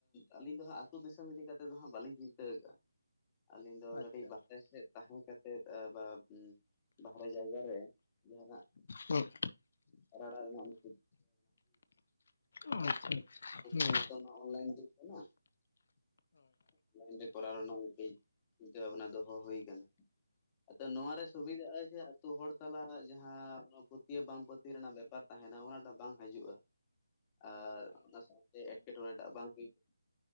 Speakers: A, on the left; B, on the left.
A: ᱟᱹᱞᱤᱧ ᱫᱚ ᱦᱟᱸᱜ ᱟᱹᱛᱩ ᱫᱤᱥᱚᱢ ᱤᱫᱤ ᱠᱟᱛᱮᱫ ᱫᱚ ᱦᱟᱸᱜ ᱵᱟᱹᱞᱤᱧ ᱪᱤᱱᱛᱟᱹ ᱠᱟᱜᱼᱟ᱾ ᱟᱹᱞᱤᱧ ᱫᱚ
B: ᱟᱪᱪᱷᱟ
A: ᱠᱟᱹᱴᱤᱡ ᱵᱟᱦᱨᱮ ᱥᱮᱫ ᱛᱟᱦᱮᱸ ᱠᱟᱛᱮᱫ ᱵᱟ <unintelligible> ᱵᱟᱦᱨᱮ ᱡᱟᱭᱜᱟ ᱨᱮ ᱡᱟᱦᱟᱱᱟᱜ
B: ᱦᱩᱸ ᱟᱪᱪᱷᱟ ᱦᱩᱸ
A: ᱨᱟᱲᱟ ᱨᱮᱱᱟᱜ <unintelligible>
B: ᱦᱮᱸ ᱦᱮᱸ ᱦᱮᱸ
A: ᱱᱤᱛᱚᱜ ᱢᱟ ᱚᱱᱞᱟᱭᱤᱱ ᱡᱩᱜᱽ ᱠᱟᱱᱟ ᱚᱱᱞᱟᱭᱤᱱ ᱨᱮ ᱠᱚᱨᱟᱣ ᱨᱮᱱᱟᱜ ᱢᱤᱫ ᱴᱮᱡ ᱪᱤᱱᱛᱟᱹ ᱵᱷᱟᱵᱱᱟ ᱫᱚᱦᱚ ᱦᱩᱭ ᱠᱟᱱᱟ ᱟᱫᱚ ᱱᱚᱣᱟ ᱨᱮ ᱥᱩᱵᱤᱫᱷᱟᱜᱼᱟ ᱡᱮ ᱟᱹᱛᱳ ᱦᱚᱲ ᱥᱟᱞᱟᱜ ᱡᱟᱦᱟᱸ ᱯᱟᱹᱛᱭᱟᱹᱣ ᱵᱟᱝ ᱯᱟᱹᱛᱭᱟᱹᱣ ᱨᱮᱱᱟᱜ ᱵᱮᱯᱟᱨ ᱛᱟᱦᱮᱸ ᱦᱮ ᱱᱟᱣᱟᱴᱟᱜ ᱵᱟᱝ ᱦᱤᱡᱩᱜᱼᱟ᱾ ᱟᱨ ᱚᱱᱟ ᱥᱟᱶᱛᱮ ᱮᱸᱴᱠᱮᱴᱚᱬᱮ ᱴᱟᱜ ᱵᱟᱝ ᱦᱩᱭᱩᱜᱼᱟ᱾